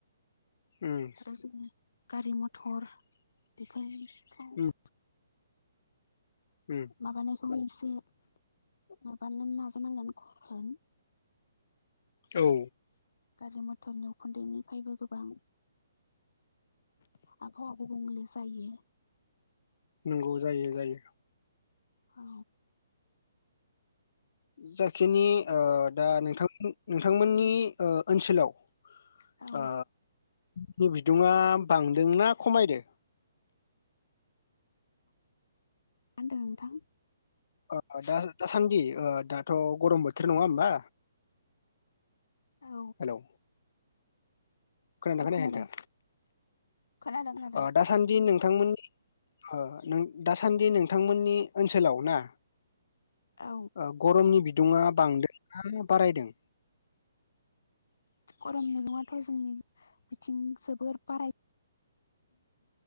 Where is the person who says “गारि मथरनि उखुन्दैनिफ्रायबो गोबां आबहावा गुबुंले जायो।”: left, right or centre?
Left